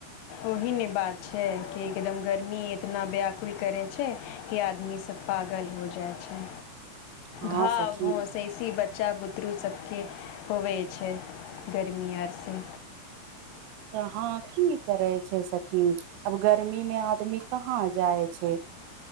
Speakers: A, on the left; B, on the right.
A: ओही ने बात छै कि एकदम गर्मी इतना व्याकुल करै छै कि आदमी सब पागल हो जाइ छै।
B: हँ
A: घाव
B: सखी
A: घोस ऐसी बच्चा बुतरू सभके होवैत छै। गर्मी आर कि
B: त हँ की करै छै सखी, आब गर्मी मे आदमी कहाँ जाइ छै।